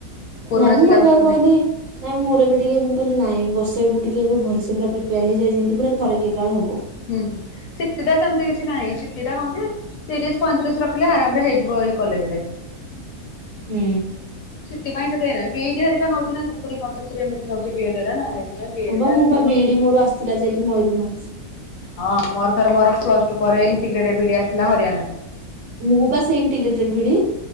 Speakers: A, on the left; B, on the right.
A: ପୁରୁଣା
B: ନାଇଁମ
A: ସିଲାବସକୁ
B: ମୁଁ ଏବେ ଆଉ କହିଲି?
A: ନେଇ
B: ନାଇଁ ମୋର ଏବେ ଟିକେ ମୁଁ କହିଲି ନାଇଁ ବର୍ଷେ ମୁଁ ଟିକେ ଭଲସେ ପା ପ୍ରିପେୟାର ହେଇଯାଏ ଯେମିତି ପୁରା ଥରକେ କାଳେ ହବ।
A: ହୁଁ ହୁଁ ସିଟି ଦା ସେମିତି କିଛି ନାହିଁ ସିଟି ଦା କହନ୍ତି ତିରିଶ ପଇଁତିରିଶ ରଖିଲେ ଆରାମରେ ହେଇଯିବ ଏଇ କଲେଜରେ।
B: ହୁଁ।
A: ସିଟି ପାଇଁ ସେ ନାଇଁ ବିଏଡ ହେରିକା ନଉଛି ନା ସତୁରି ପଞ୍ଚସ୍ତରିୀ ଏମିତି ବିଏଡ୍ ନଉଛି ଏଇଥିପାଇଁ ହରେ ନା। ବିଏଡ୍
B: ହଁ ବା
A: ଟା
B: ମୁଁ
A: ଟିକେ
B: ବା
A: କଷ୍ଟ।
B: ବିଇଡି ମୋର ଆସିଥିଲା ଯାଇକି ମୟୂରଭଞ୍ଜ।
A: ହଁ ମୋର ଥରେ ମୋର ପ୍ଲସ ଟୁ ପରେ ଇଣ୍ଟିଗ୍ରେଟେଡ ବିଇଡି ଆସିଥିଲା ହରିୟାଣା।
B: ମୁଁ ବା ସେଇ ଇଣ୍ଟିଗ୍ରେଟେଡ ବିଇଡ଼ି।